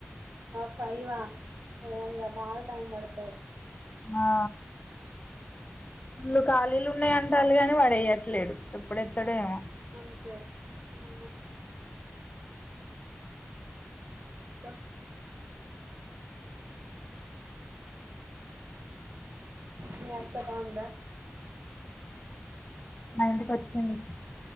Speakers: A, on the right; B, on the left.
A: ఆ ఫీవ్ వా ఏందో బాగా టైమ్ పడుతుది
B: ఆ వాళ్ళు ఖాళీలు ఉన్నాయి అంటారు కానీ వాడు వయ్యట్లేడు ఎప్పుడెత్తడో ఏమో
A: అంతే అవును ఇకా మీ అత్త బావుందా
B: మా ఇంటికి వచ్చింది